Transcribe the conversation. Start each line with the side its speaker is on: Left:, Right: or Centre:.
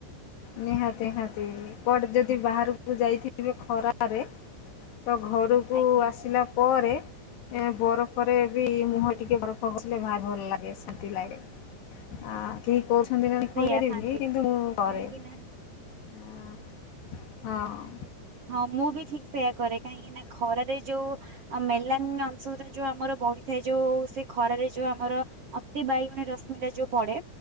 Left: ନିହାତି ନିହାତି। କଆଡେ ଯଦି ବାହାରକୁ ଯାଇଥିବେ ଖରାରେ ତ ଘରକୁ
Right: ଆଜ୍ଞା
Left: ଆସିଲା ପରେ ଏ ବରଫରେ ବି
Right: ହୁଁ
Left: ମୁହଁ ଟିକେ ବରଫ ଘସିଲେ ଭାରି ଭଲ ଲାଗେ ଶାନ୍ତି ଲାଗେ। ଆ କେହି କହୁଛନ୍ତି ନାଁ
Right: ସେଇଆ
Left: କହିପାରିବିନି
Right: ଶାନ୍ତି
Left: କିନ୍ତୁ
Right: କାହିଁକି
Left: ମୁଁ କରେ।
Right: ନା
Left: ହଁ ହଁ।
Right: ହଁ ମୁଁ ବି ଠିକ୍ ସେୟଆ କରେ। କାହିଁକି ନା ଖରାରେ ଯୋଉ ମେଲାନ ଅଂଶରେ ଯୋଉ ଆମର ବଢିଥାଏ ଯୋଉ ସେ ଖରାରେ ଯୋଉ ଆମର ଅତି ବାଇଗଣୀ ରଶ୍ମି ଯୋଉ ପଡେ